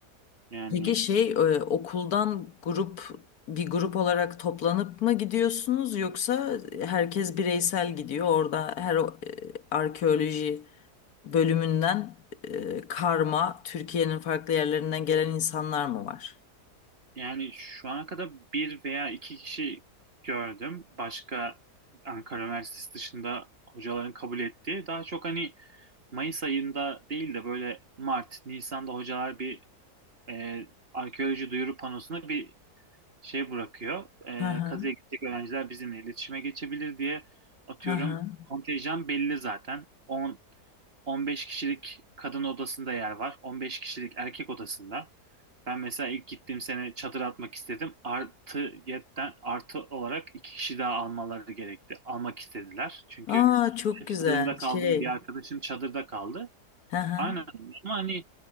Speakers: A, on the right; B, on the left.
A: Yani
B: Peki şey e, okuldan grup bir grup olarak toplanıp mı gidiyorsunuz yoksa herkes bireysel gidiyor orada her o- e, arkeoloji bölümünden e, karma Türkiye'nin farklı yerlerinden gelen insanlar mı var?
A: yani şu ana kadar bir veya iki kişi gördüm. Başka Ankara Üniversitesi dışında hocaların kabul ettiği. Daha çok hani Mayıs ayında değil de böyle Mart, Nisan'da hocalar bir e, arkeoloji duyuru panosuna bir şey bırakıyor.
B: Hı hı.
A: E, kazıya gidecek öğrenciler bizimle iletişime geçebilir diye atıyorum
B: Hı hı.
A: kontenjan belli zaten. 10 15 kişilik kadın odasında yer var. 15 kişilik erkek odasında. Ben mesela ilk gittiğim sene çadır atmak istedim. Artı yetten artı olarak iki kişi daha almaları gerekti. Almak istediler. Çünkü
B: Aa çok
A: ben çadırımda
B: güzel
A: kaldım.
B: şey.
A: Bir arkadaşım çadırda kaldı.
B: Hı hı.
A: Aynen. Ama hani